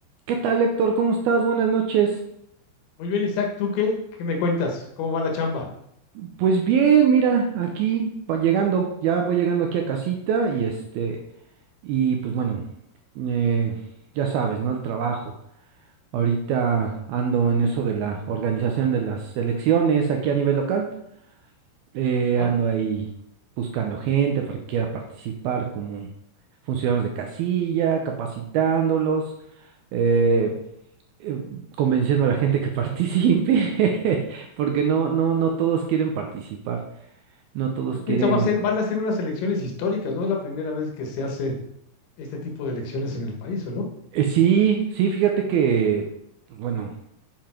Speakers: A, on the right (about 75°); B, on the left (about 85°).
A: ¿Qué tal, Héctor? ¿Cómo estás? Buenas noches.
B: Muy bien, Isaac, ¿tú qué, qué me cuentas? ¿Cómo va la chamba?
A: Pues bien, mira, aquí va llegando, ya voy llegando aquí a casita y este, y pues bueno, eh, ya sabes, ¿no? El trabajo. Ahorita ando en eso de la organización de las elecciones aquí a nivel local. Eh,
B: ¿Ah?
A: ando ahí buscando gente para que quiera participar como funcionarios de casilla, capacitándolos. eh, eh, convenciendo a la gente que participe, <laughs> porque no, no, no todos quieren participar, no todos quieren.
B: Esto va a ser, van a ser unas elecciones históricas, ¿no? Es la primera vez que se hace este tipo de elecciones en el país, ¿o no?
A: Eh, sí, sí, fíjate que, pues bueno,